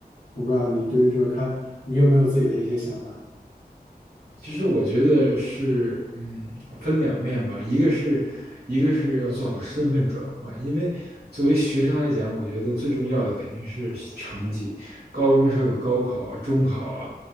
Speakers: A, on the left (about 70°); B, on the right (about 85°).
A: 我不知道你对于这个看，你有没有自己的一些想法？
B: 其实我觉得是，嗯，分两面吧，一个是，一个是要做好身份转换，因为作为学生来讲，我觉得最重要的肯定是成绩。高中的时候有高考啊、中考啊，